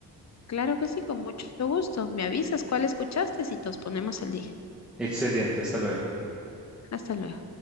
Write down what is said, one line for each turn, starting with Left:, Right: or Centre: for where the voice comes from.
Left: Claro que sí, con mucho gusto. Me avisas cuál escuchaste y nos ponemos al día.
Centre: Excelente, hasta luego.
Left: Hasta luego.